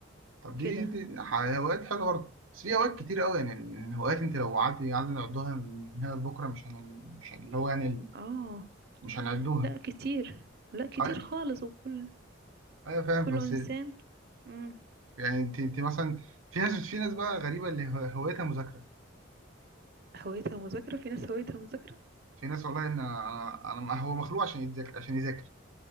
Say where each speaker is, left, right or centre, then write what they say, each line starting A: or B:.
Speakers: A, on the right; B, on the right.
A: طب
B: كده
A: دي, دي ح- هوايات حلوه برضه بس في هوايات كتير قوي يعني الهوايات انت لو قعدت قعدنا نعدها من هنا لبكره مش هن... مش هن- اللي هو يعني
B: اه
A: مش هنعدوها
B: لا كتير لا كتير
A: أي-
B: خالص وكل
A: ايوه فاهم
B: كل
A: بس
B: انسان مم.
A: يعني انت انت مثلا في ناس في ناس بقى غريبه اللي هو- هوايتها مذاكره
B: هوايتها المذاكرة في ناس هوايتها المذاكرة
A: في ناس والله ان انا انا أنا- هو مخلوق عشان يتذاكر عشان يذاكر